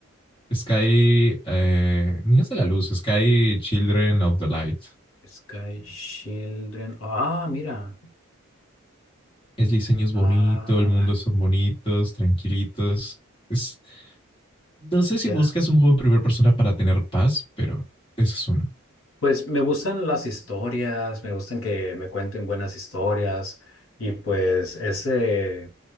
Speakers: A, on the left; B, on the left.
A: Sky, eh, Niños de la Luz, Sky Children of the Light.
B: Sky Children. Ah, mira.
A: es diseño es
B: Ah,
A: bonito, el mundo son bonitos, tranquilitos. Es, no sé si
B: ya.
A: buscas un juego de primera persona para tener paz, pero ese es uno.
B: Pues me gustan las historias, me gustan que me cuenten buenas historias. Y pues ese,